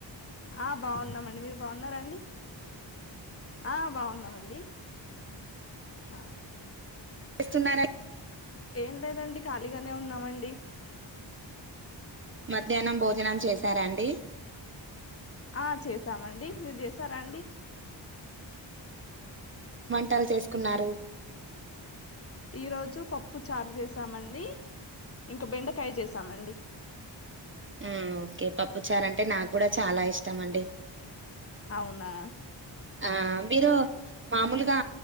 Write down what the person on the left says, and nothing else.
ఆ బాగున్నామండి మీరు బాగున్నారా అండి ఆ బాగున్నాము అండి ఆ
ఏం లేదండి ఖాళీగానే ఉన్నామండి
ఆ చేసామండి మీరు చేసారా అండి
ఈ రోజు పప్పు చారు చేసామండి ఇంకా బెండకాయ చేసామండి
అవునా